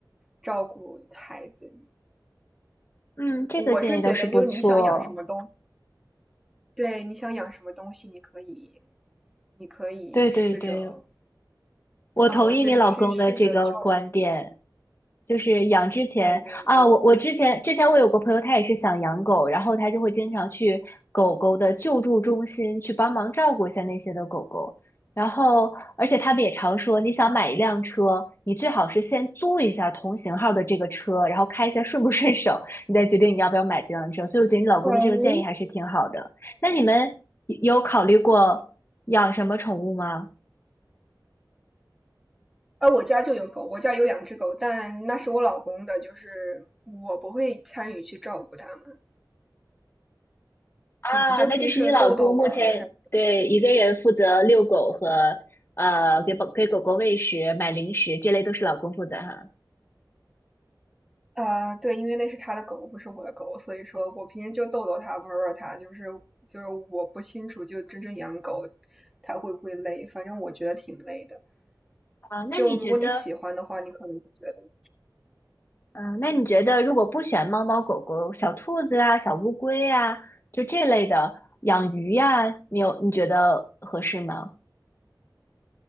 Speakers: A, in the centre; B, on the left.
A: 照顾孩子。
B: 嗯，这个建议倒是不错。
A: 我是觉得，就是你想养什么东西，对，你想养什么东西，你可以，你可以试着，
B: 对对对，我同意你老公的这个观点，
A: 啊，对，去试着照顾。
B: 就是养之前啊，
A: 对对对，
B: 我我之前之前我有个朋友，他也是想养狗，然后他就会经常去狗狗的救助中心去帮忙照顾一下那些的狗狗，然后而且他们也常说，你想买一辆车，你最好是先租一下同型号的这个车，然后开一下顺不顺手，你再决定你要不要买这辆车。所以我觉得你老公的这个建议还是挺好的。
A: 喂，
B: 那你们有考虑过养什么宠物吗？
A: 哎，我家就有狗，我家有两只狗，但那是我老公的，就是我不会参与去照顾它们。
B: 啊，
A: 我就平时逗逗玩儿，
B: 那就是你老公目前对一个人负责遛狗和
A: 然
B: 呃给宝给狗狗喂食、买零食，这类都是老公负责哈。
A: 呃，对，因为那是他的狗，不是我的狗，所以说我平时就逗逗它，玩玩它，就是就是我不清楚，就真正养狗它会不会累，反正我觉得挺累的。
B: 啊，那你觉得，
A: 就如果你喜欢的话，你可能会觉得。
B: 嗯、那你觉得如果不选猫猫狗狗、小兔子啊、小乌龟啊，就这类的养鱼呀、你有你觉得合适吗？